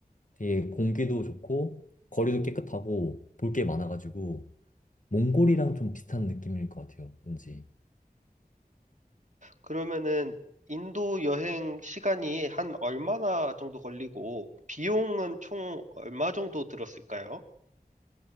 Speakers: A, on the left; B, on the right.
A: 되게 공기도 좋고 거리도 깨끗하고 볼 게 많아가지고 몽골이랑 좀 비슷한 느낌일 것 같아요. 왠지
B: 그러면은 인도 여행 시간이 한 얼마나 정도 걸리고 비용은 총 얼마 정도 들었을까요?